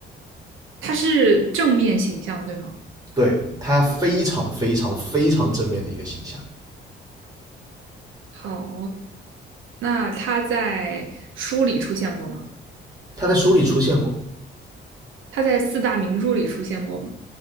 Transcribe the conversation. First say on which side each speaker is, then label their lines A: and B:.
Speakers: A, on the right; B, on the right.
A: 他是正面形象对吗？
B: 对，他非常非常非常正面的一个形象。
A: 好，那他在书里出现过吗？
B: 他在书里出现过
A: 他在四大名著里出现过吗？